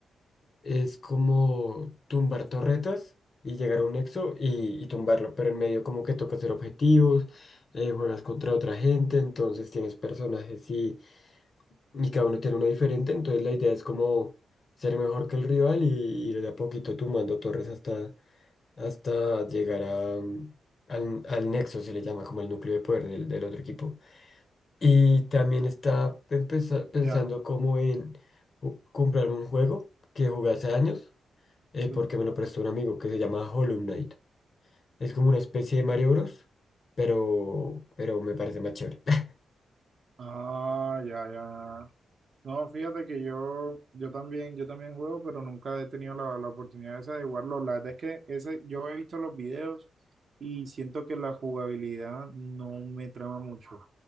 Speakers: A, on the left; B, on the right.
A: es como tumbar torretas y llegar a un nexo y, y tumbarlo, pero en medio como que toca hacer objetivos, eh, juegas contra otra gente, entonces tienes personajes y, y cada uno tiene uno diferente, entonces la idea es como ser mejor que el rival y ir de a poquito tumbando torres hasta, hasta llegar a, mm, al, al nexo, se le llama como el núcleo de poder del del otro equipo. Y también está empeza- pensando
B: Ya,
A: como en ju- comprarme un juego que jugué hace años, eh,
B: sí.
A: porque me lo prestó un amigo que se llama Hollow Knight. Es como una especie de Mario Bros, pero, pero me parece más chévere. <laughs>
B: Ah, ya, ya. No, fíjate que yo, yo también, yo también juego, pero nunca he tenido la, la oportunidad esa de jugarlo. La verdad es que ese, yo he visto los videos y siento que la jugabilidad no me trama mucho.